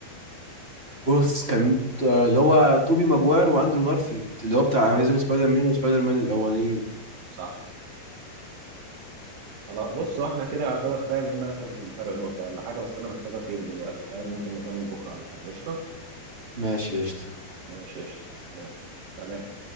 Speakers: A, on the right; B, on the right.
A: بص كان آه، اللي هو توبي ماجواير واندرو جارفيلد اللي هو بتاع
B: صح
A: اميزنج سبايدر مان وسبايدر مان الاولين
B: صح خلاص بص هو احنا كده يعتبر فاهم اما انا كسبه بفرق نقطة ولا حاجة بس انا محتاج اطير دلوقتي فاهم ممكن نكمل بكرة ولا حاجة قشطة
A: ماشي قشطة
B: ماشي قشطة يلا سلام